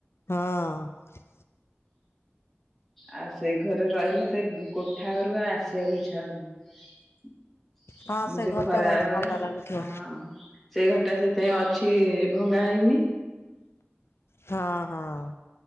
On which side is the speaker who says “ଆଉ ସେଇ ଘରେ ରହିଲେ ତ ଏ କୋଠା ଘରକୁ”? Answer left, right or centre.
Centre